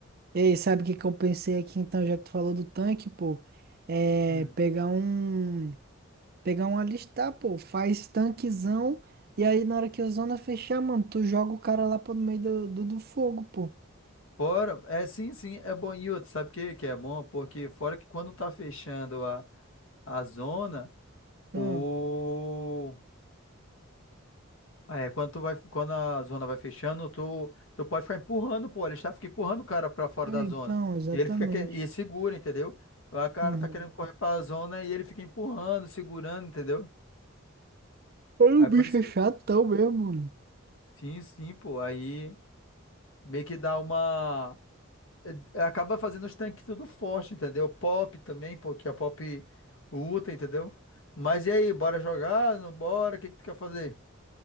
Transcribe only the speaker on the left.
Hum.
Fora, é sim, sim, é bom. E outro, sabe o que que é bom? Porque fora que quando tá fechando a, a zona, o...
Ah, É, quando tu vai, quando a zona vai fechando, tu, tu pode ficar empurrando, pô, ele está fica empurrando o cara pra fora
da zona.
E ele fica que- e segura, entendeu? Lá O cara
tá querendo correr pra zona e ele fica empurrando, segurando, entendeu?
Aí
por isso
que
sim, sim, pô, aí meio que dá uma eh, acaba fazendo os tanques tudo forte, entendeu? Pop também, pô, que a Pop luta, entendeu? Mas e aí, bora jogar? Não bora? O que que tu quer fazer?